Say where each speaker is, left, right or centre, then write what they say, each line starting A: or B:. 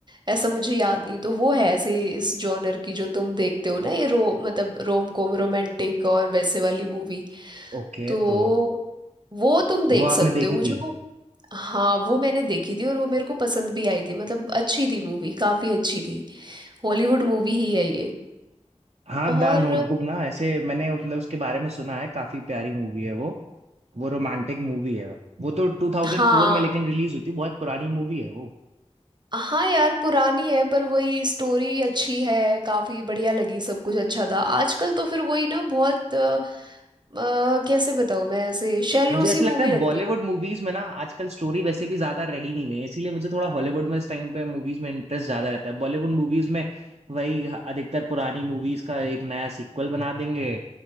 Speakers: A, on the right (about 40°); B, on the right (about 65°).
A: ऐसा मुझे याद नहीं तो वो है ऐसे इस जॉनर की जो तुम देखते हो ना ये रो मतलब रोम कॉम रोमांटिक और वैसे वाली मूवी
B: ओके
A: तो
B: तो
A: वो तुम देख
B: वो आपने
A: सकते
B: देखी
A: हो मुझे
B: थी
A: वो हाँ वो मैंने देखी थी और वो मेरे को पसंद भी आई थी मतलब अच्छी थी मूवी काफी अच्छी थी हॉलीवुड मूवी ही है ये
B: हाँ
A: और
B: द नोटबुक ना ऐसे मैंने मतलब उसके बारे में सुना है काफी प्यारी मूवी है वो वो रोमांटिक मूवी है वो तो 2004
A: हाँ
B: में लेकिन रिलीज हुई थी बहुत पुरानी मूवी है वो
A: हाँ यार पुरानी है पर वही स्टोरी अच्छी है काफी बढ़िया लगी सब कुछ अच्छा था आजकल तो फिर वही ना बहुत अ, अ, कैसे बताऊँ मैं ऐसे शैलो
B: मुझे ऐसा
A: सी
B: लगता
A: मूवी
B: है
A: लगती
B: बॉलीवुड
A: है
B: मूवीज में ना आजकल स्टोरी वैसे भी ज्यादा रही नहीं गई है, इसीलिए मुझे थोड़ा हॉलीवुड में इस टाइम पे मूवीज में इंटरेस्ट ज्यादा रहता है बॉलीवुड मूवीज में वही अधिकतर पुरानी मूवीज का एक नया सीक्वल बना देंगे